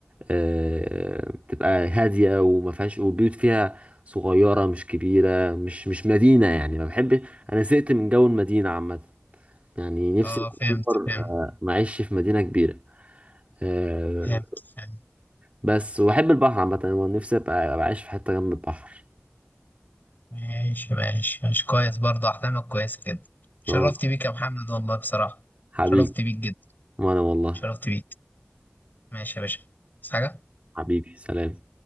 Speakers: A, on the right; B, on the left.
A: آه، بتبقى هادية وما فيهاش والبيوت فيها صغيرة مش كبيرة مش مش مدينة يعني ما بحبش أنا زهقت من جو المدينة عامة يعني نفسي
B: اه فهمت
A: أكبر
B: فهمت
A: آه، ما أعيش في مدينة كبيرة آه،
B: فهمت فهمت
A: بس وأحب البحر عامة أنا نفسي أبقى أبقى عايش في حتة جنب البحر
B: ماشي ماشي ماشي كويس برضه أحلامك كويسة كده شرفت
A: أه
B: بيك يا محمد والله بصراحة
A: حبيبي
B: شرفت بيك جدا
A: وأنا والله
B: شرفت بيك ماشي يا باشا بس حاجة
A: حبيبي سلام